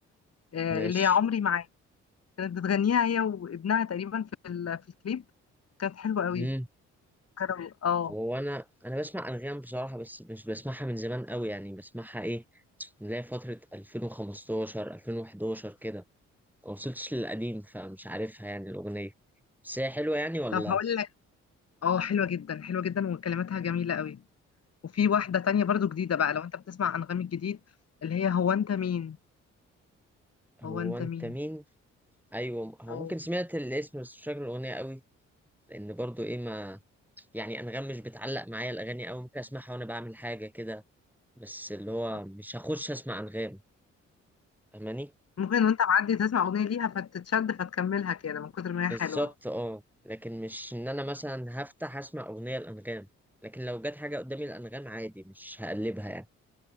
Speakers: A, on the left; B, in the centre.
A: آه،
B: ماشي
A: اللي هي عمري معاك كانت بتغنيها هي وابنها تقريبا في ال- في الكليب كانت حلوة قوي
B: امم
A: كانوا اه
B: هو أنا أنا بسمع أنغام بصراحة بس مش بسمعها من زمان قوي يعني بسمعها إيه نلاقي فترة 2015 2011 كده ما وصلتش للقديم فمش عارفها يعني الأغنية بس هي حلوة يعني ولا
A: طب هقول لك اه حلوة جدا حلوة جدا وكلماتها جميلة قوي وفي واحدة تانية برضو جديدة بقى لو انت بتسمع انغامي الجديد اللي هي هو انت مين
B: هو
A: هو انت
B: أنت
A: مين
B: مين ايوه هو
A: او
B: ممكن سمعت الاسم بس مش فاكر الاغنيه قوي لان برضو ايه ما يعني انغام مش بتعلق معايا الاغاني قوي ممكن اسمعها وانا بعمل حاجه كده بس اللي هو
A: أو.
B: مش هخش اسمع انغام فاهماني
A: ممكن وانت معدي تسمع اغنية ليها فتتشد فتكملها كده من كتر ما
B: بالظبط
A: هي حلوة
B: اه لكن مش ان انا مثلا هفتح اسمع اغنيه الانغام لكن لو جت حاجه قدامي الانغام عادي مش هقلبها يعني